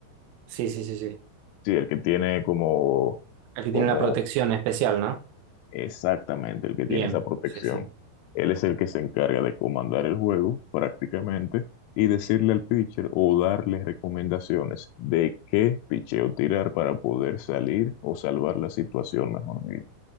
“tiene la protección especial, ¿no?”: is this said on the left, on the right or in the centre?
Right